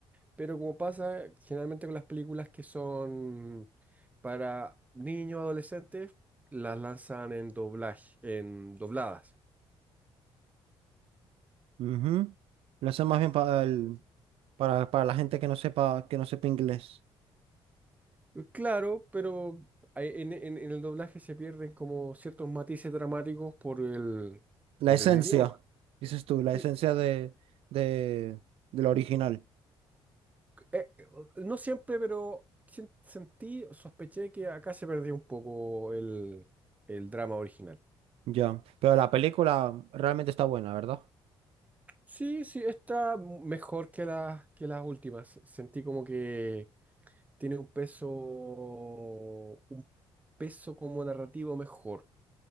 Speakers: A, on the right (about 15°); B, on the right (about 75°).
A: Pero como pasa generalmente con las películas que son para niños, adolescentes, las lanzan en doblaje, en dobladas.
B: Ujú. Lo hacen más bien para el- para, para la gente que no sepa, que no sepa inglés.
A: Eh, Claro, pero hay- en, en- en el doblaje se pierden como ciertos matices dramáticos por el,
B: La
A: por
B: esencia,
A: el idioma.
B: dices tú, la
A: Que-
B: esencia de, de, del original.
A: eh, eh, no siempre, pero sen- sentí, sospeché que acá se perdió un poco el, el drama original.
B: Ya. Pero la película realmente está buena, ¿verdad?
A: Sí, sí, está mejor que las, que las últimas. Sentí como que tiene un peso, un peso como narrativo mejor.